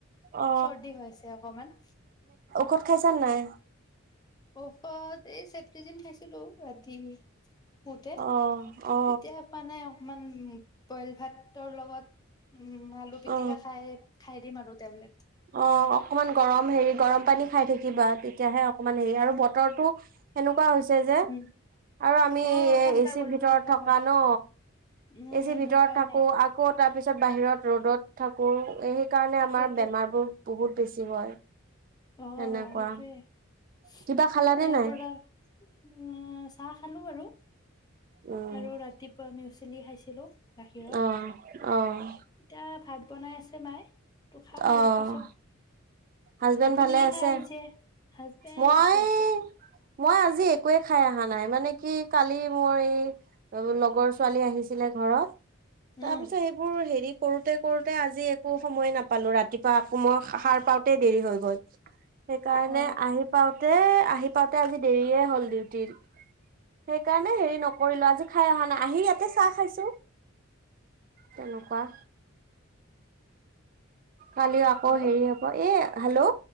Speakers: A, on the right; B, on the left.
A: অ
B: চৰ্দি হৈছে অকমান
A: কত খাইছা নাই।
B: ঔষড এই চত্ৰি দিন খাইছিলো ৰাতি। তে
A: অ অ
B: এতিয়া মানে অকমান বইল ভাত ৰ লগত উম আলু পিটিকা
A: অ
B: খাই। দিম আৰু টেবলেট।
A: অ অকমান গৰম হেৰি গৰম পানী। খাই থাকিবা তেতিয়াহে অকমান হেৰি আৰু বতৰটো এ কোৱা হৈছে যে
B: উম,
A: আৰু আমি
B: অ', ঠাণ্ডা
A: এচিৰ
B: গৰম
A: ভিতৰত
B: ঠাণ্ডা
A: থকা
B: গৰম
A: ন।
B: উম,
A: এ যে ভিতৰত
B: সেইকাৰণে
A: থাকো আকৌ তাৰপিছত বাহিৰত ৰ'দত থাকো এই। কাৰণে
B: তাকেতো
A: আমাৰ বেমাৰ বোৰ বহুত বেছি হয়।
B: অ
A: সেনেকুৱা
B: সেইটোয়ে ইয়াৰ
A: কিবা খালানে নাই
B: পৰা উম চাহ খালো। আছো এনেই।
A: উম
B: আৰু ৰাতিপুৱা আমি। চিনি খাইছিলোঁ। গাখীৰত
A: অ', অ',
B: এতিয়া ভাত। বনাই আছে মায়ে। তটো খাম
A: অ',
B: অলপ পাছত
A: হাজবেণ্ড
B: আপুনি
A: ভালে
B: কি
A: আছে
B: খাই আহিছে হাজবেণ্ড
A: মই
B: আছে আছে
A: মই আজি একোৱে খাই অহা নাই মানে কি কালি মই লগৰ ছোৱালী আহিছে। আহিলে ঘৰত তাৰপিছত
B: উম
A: সেইবোৰ হেৰি কৰোঁতে কৰোঁতে আজি একো সময়ে নাপ। পালোঁ ৰাতিপুৱা। কোমই সাৰ পাৰ। হৈ গ'ল। সেইকাৰণে
B: অ
A: আহি পাওঁতে আহি পাওঁতে আজি দেৰিয়ে হ'ল ডিউটিত সেইকাৰণে হেৰি নকৰিলো আজি খাই অহা নাই আহি ইয়াতে চাহ খাইছো। তেনেকুৱা। কালি আকৌ
B: হেল্ল'
A: হেৰি হব এ। হেল্ল'